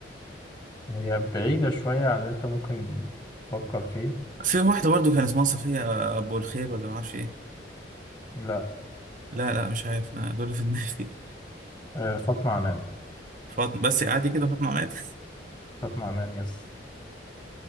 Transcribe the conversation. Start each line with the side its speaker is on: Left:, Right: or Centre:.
Left: هي بعيدة شوية عن اللي أنت ممكن تفكر فيه
Right: في واحدة برضو كان اسمها صفية أبو الخير ولا معرفش إيه
Left: لا
Right: لا لا مش عارف أنا دول اللي في دماغي
Left: آه، فاطمة عنان
Right: <laughs> فاطمة بس عادي كده فاطمة مات <laughs>
Left: فاطمة عنان يس